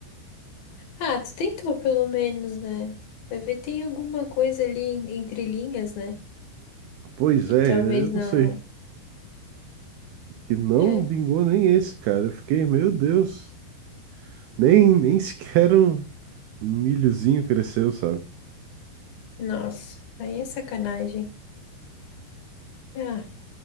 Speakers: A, on the left; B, on the right.
A: Ah, tu tentou pelo menos, né? Vai ver, tem alguma coisa ali en- entre linhas, né?
B: Pois
A: Que
B: é,
A: talvez
B: eu
A: não.
B: não sei, que não
A: É,
B: vingou nem esse, cara. Eu fiquei, meu Deus, nem nem sequer um, um milhozinho cresceu, sabe?
A: nossa, aí é sacanagem. Ah,